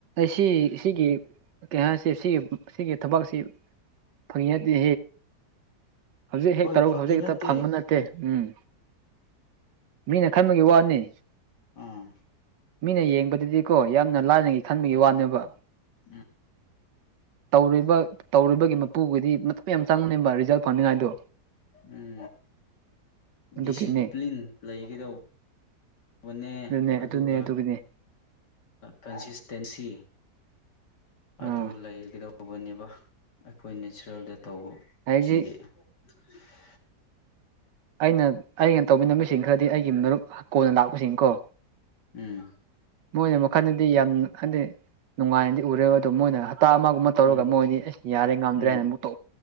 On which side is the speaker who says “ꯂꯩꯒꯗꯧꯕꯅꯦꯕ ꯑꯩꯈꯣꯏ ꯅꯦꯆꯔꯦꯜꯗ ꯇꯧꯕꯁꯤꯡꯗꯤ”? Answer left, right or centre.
Left